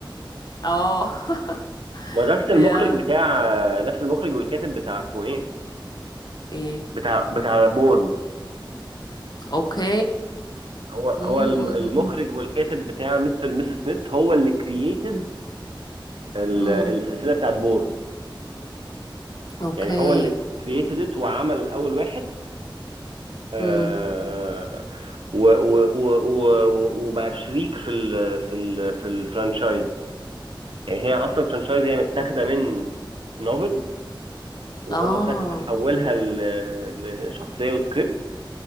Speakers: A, on the left; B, on the right.
A: <laughs> اه <laughs>
B: ما ده نفس المخرج
A: يا
B: بتاع نفس المخرج والكاتب بتاع اسمه ايه
A: ايه
B: بتاع بتاع بورن
A: اوكي
B: هو
A: م- م-
B: هو الم- المخرج
A: م-
B: والكاتب بتاع مستر ميسي سميث هو اللي كرييتد السلسله
A: م. م.
B: بتاعت بورن
A: اوكي
B: يعني هو اللي كرييتد ات وعمل اول واحد آه
A: م.
B: و و و و و- وبقى شريك في ال في ال في الفرانشايز يعني هي اصلا فرانشايز هي متاخده من نوفل
A: <laughs>
B: وهو
A: اه
B: خدها حولها ل- لشخصيه وسكريبت